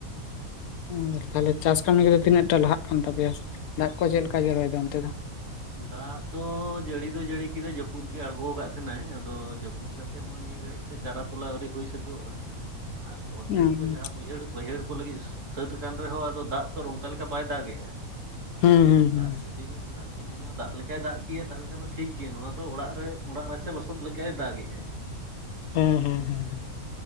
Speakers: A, on the left (about 80°); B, on the right (about 60°).
A: ᱦᱩᱸ, ᱛᱟᱦᱞᱮ ᱪᱟᱥ ᱠᱟᱹᱢᱤ ᱠᱚᱫᱚ ᱛᱤᱱᱟᱹᱜ ᱴᱟ ᱞᱟᱦᱟᱜ ᱠᱟᱱ ᱛᱟᱯᱮᱭᱟ, ᱫᱟᱜ ᱠᱚ ᱪᱮᱫ ᱞᱮᱠᱟ ᱡᱚᱨᱚᱭᱫᱟ ᱚᱱᱛᱮ ᱫᱚ?
B: ᱫᱟᱜ ᱫᱚ ᱡᱟᱹᱲᱤ ᱫᱚ ᱡᱟᱹᱲᱤ ᱠᱮᱫᱟᱭ ᱡᱟᱹᱯᱩᱫ ᱜᱮ ᱟᱬᱜᱚ ᱟᱠᱟᱫ ᱛᱟᱦᱮᱱᱟᱭ ᱟᱫᱚ ᱡᱟᱹᱯ ᱯᱩᱫ ᱠᱟᱛᱮᱫ ᱢᱟ ᱱᱤᱭᱟᱹ ᱜᱷᱟᱹᱲᱤᱡ ᱛᱮ ᱪᱟᱨᱟ ᱛᱚᱞᱟ ᱟᱹᱣᱨᱤ ᱦᱩᱭ ᱥᱟᱹᱛᱚᱜ-ᱟ᱾ ᱟᱨ ᱚᱫᱫᱷᱮᱠ
A: ᱦᱩᱸ
B: ᱠᱚ ᱡᱟᱦᱟᱸ ᱵᱟᱹᱭᱦᱟᱹᱲ, ᱵᱟᱹᱭᱦᱟᱹᱲ ᱠᱚ ᱞᱟᱹᱜᱤᱫ ᱥᱟᱹᱛ ᱟᱠᱟᱱ ᱨᱮᱦᱚᱸ ᱟᱫᱚ ᱫᱟᱜ ᱛᱚ ᱱᱚᱝᱠᱟ ᱞᱮᱠᱟ ᱵᱟᱭ ᱫᱟᱜᱮᱜ-ᱟ᱾
A: ᱦᱩᱸ ᱦᱩᱸ
B: ᱫᱟᱜ ᱡᱩᱫᱤ ᱫᱟᱜ ᱡᱩᱫᱤ ᱱᱚᱣᱟ ᱫᱟᱜ ᱞᱮᱠᱟᱭ ᱫᱟᱜ ᱠᱮᱭᱟ ᱛᱟᱦᱞᱮ ᱠᱷᱟᱱ ᱫᱚ ᱴᱷᱤᱠ ᱜᱮᱭᱟ᱾ ᱱᱚᱣᱟ ᱫᱚ ᱚᱲᱟᱜ ᱨᱮ ᱚᱲᱟᱜ ᱨᱟᱪᱟ ᱞᱚᱥᱚᱫ ᱞᱮᱠᱟᱭ ᱫᱟᱜ ᱜᱮᱜ-ᱟᱭ᱾ <inaudible>
A: ᱦᱮᱸ ᱦᱮᱸ ᱦᱮᱸ ᱦᱮᱸ